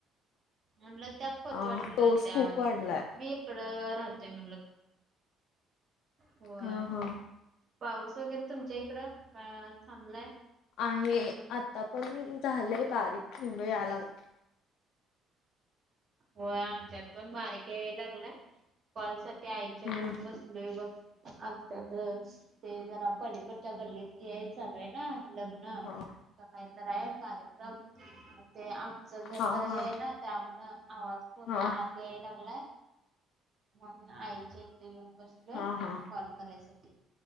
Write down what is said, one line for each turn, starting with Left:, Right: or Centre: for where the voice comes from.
Right: म्हटलं त्या. खोतवाडील
Left: हा पाऊस
Right: राहत्यात
Left: खूप वाढलाय
Right: मी. इकड राहतेय म्हटल होय.
Left: हा हा
Right: पाऊस वगैरे तुमच्या इकडं थांबलाय.
Left: आहे आता पण झालेय बारीक थेंड या लागले.
Right: होय आमच्यात पण बारीक या लागलाय कॉल सा आईच्या
Left: हम्म
Right: ट येऊन बसलोय बघ. आमच्या ते जरा पलीकडच्या गल्लीत हे चालय ना लग्न.
Left: हा.
Right: काही तर आहे कार्यक्रम ते आमचं घर
Left: हा
Right: तर हे
Left: हा
Right: आहे ना त्यामुं. ह पूर्ण
Left: हा
Right: आत येलंगला. मण आईच इथे येऊन बसलोय
Left: हा हा
Right: कॉल करायसाठी